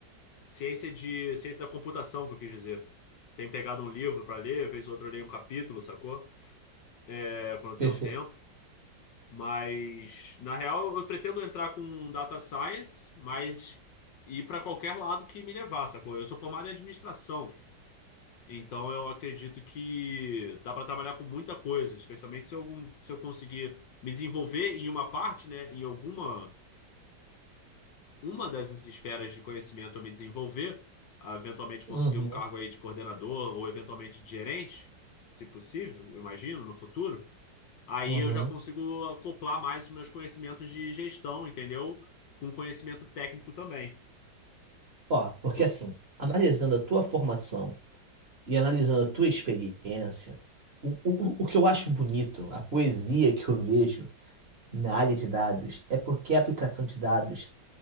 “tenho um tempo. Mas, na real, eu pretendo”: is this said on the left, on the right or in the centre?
Left